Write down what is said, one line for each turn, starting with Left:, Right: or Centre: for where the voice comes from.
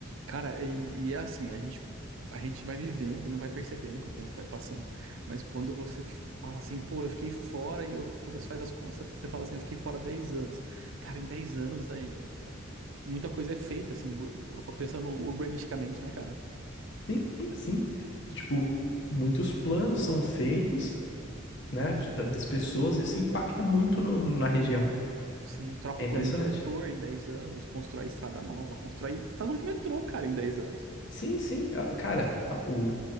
Right: Cara, e, e é assim, a gente, a gente vai vivendo e não vai percebendo que o tempo vai passando. Mas quando você f- fala assim, pô, eu fiquei fora, e eu, quando você faz as contas, você fala assim, eu fiquei fora 10 anos. Cara, em 10 anos, é- é- muita coisa é feita, assim, ur- ur- pensando urbanisticamente, né, cara?
Left: Sim, assim, tipo, muitos planos são feitos, né, de- da- das pessoas e isso impacta muito no- na região.
Right: Sim, troca
Left: É
Right: o
Left: impressionante.
Right: plano diretor em 10 anos, constrói estrada nova, constrói estação de metrô, cara, em 10 anos.
Left: Sim, sim. Ah, Cara, a- o...